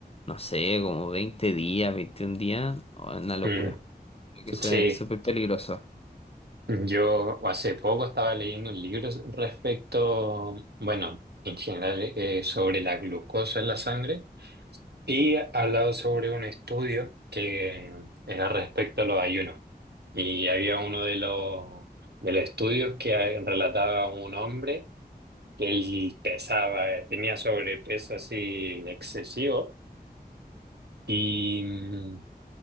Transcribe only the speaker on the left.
no sé, como 20 días, 21 días. Oh, es una locura.
Creo que eso
es súper peligroso.